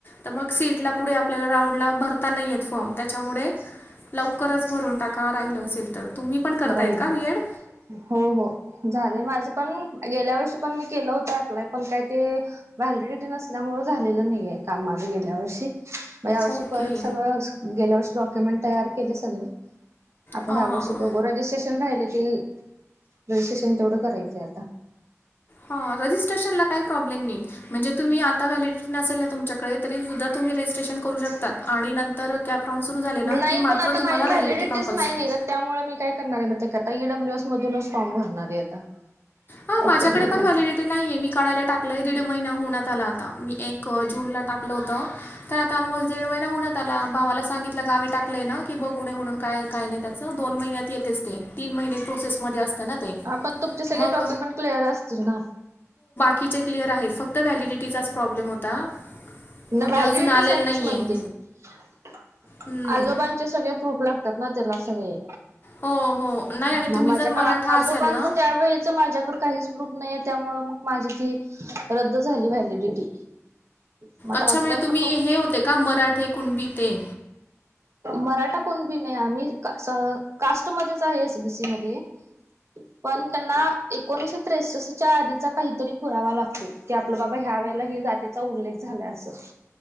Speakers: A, on the left (about 40°); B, on the right (about 60°).
A: तर मग सीट. इथल्या पुढे, आपल्याला राऊंडला भरता नाहीय फॉर्म त्याच्यामुळे लवकरच भरून टाका, राहिलं असेल तर तुम्ही पण करतायत
B: राहिल
A: का बीएड.
B: हो, हो, झालं माझं पण गेल्या वर्षी पण, मी केलं होत अप्लाय पण काही ते व्हॅलिडिटी नसल्यामुळे झालेलं नाहीये, काम माझं गेल्या वर्षी मग यावर्षी
A: ओके
B: परत सगळं गेल्या, वर्षी डॉक्युमेंट तयार केले सगळे आत्ता
A: हां
B: यावर्षी
A: हां हां
B: रजिस्ट्रेशन राहिले ते रजिस्ट्रेशन तेवढं करायचंय आता.
A: हा. रजिस्ट्रेशनला काही प्रॉब्लेम नाही. म्हणजे तुम्ही आता व्हॅलिडिटी नसेल ना, तुमच्याकडे तरी सुद्धा तुम्ही रजिस्ट्रेशन करू शकतात आणि नंतर कॅप राऊंड सुरू झाले
B: नाही
A: ना की
B: पण
A: मात्र
B: आता
A: तुम्हाला
B: माझी व्हॅलिडिटीच
A: व्हॅलिडीटी कंपल्सरी
B: नाही निघत त्यामुळे मी काय करणार आहे. माहितीये का आता? ई डब्ल्यू एस मधूनच फॉर्म भरणार आहे आता.
A: हा माझ्याकडे
B: ओपन मधून
A: पण व्हॅलिडि ते नाहीये मी काढायला टाकलंय आहे दीड महिना होण्यात आला आता मी एक जूनला टाकलं होतं. तर आता ऑलमोस्ट दीड महिना होण्यात आला भावाला सांगितलं गावी टाकलेय ना की बघ उे म्हणून काय काय नाही त्यात. चल दोन महिन्यात येतेच ते तीन महिने प्रोसेसमध्ये असतं ना ते.
B: हा पण तुमचे सगळे
A: मग
B: डॉक्युमेंट क्लिअर असतील ना?
A: किचे क्लिअर आहेत फक्त व्हॅलिडिटीचाच प्रॉब्लेम होता.
B: ना
A: मग
B: व्हॅलिडिटी
A: ते अजून आलेलं
B: साठीच
A: नाही
B: म्हणते
A: आहे.
B: मी
A: हम्म.
B: आजोबा चे सगळे प्रूफ लागतात ना, त्याला सगळे.
A: हो, हो. नाही आणि
B: मग
A: तुम्ही
B: माझ्याकडे
A: जर मराठा
B: आजोबांच
A: असाल ना
B: त्यावेळे चं माझ्याकडं काहीच प्रूफ नाहीे त्यामुळं मग माझी ती रद्द्द झाली व्हॅलिडिटी. मग आता
A: अच्छा
B: आजोबांचा
A: म्हणजे तुम्ही
B: प्रूफ
A: हे होते का मराठे कुणबी ते.
B: मराठा कुणबी नाही आम्ही असं कास्टमध्येध्येच आहे एसबीसी मध्ये. <inaudible> पण त्यांना एकोणीशे त्रेसष्टच्या आधीचा काहीतरी पुरावा लागतोय, की आपलं बाबा ह्या वेळेला ह जाती. चा उल्लेख झाला असं.